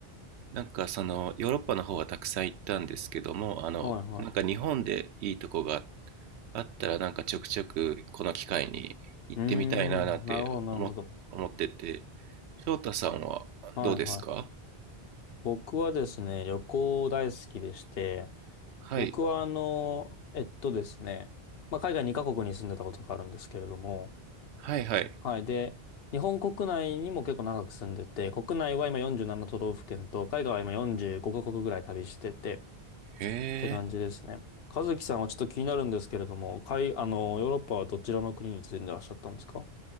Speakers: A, on the right; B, on the left.
A: なんかそのヨーロッパの方はたくさん行ったんですけども、あの、
B: はいは
A: なんか日本でいいとこがあったらなんかちょくちょくこの機会に行ってみたいななんて思っ、
B: い。うーん。なるほどなるほど。
A: 思ってて、翔太さんはどうですか
B: はいはい。僕はですね、旅行大好きでして、
A: はい、
B: 僕はあの、えっとですね、まあ、海外2カ国に住んでたことがあるんですけれども、
A: はいはい。
B: はい。で、日本国内にも結構長く住んでて、国内は今47都道府県と、海外は今45カ国ぐらい旅してて、
A: へえ、
B: て感じですね。和樹さんはちょっと気になるんですけれども、海、あの、ヨーロッパはどちらの国に住んでらっしゃったんですか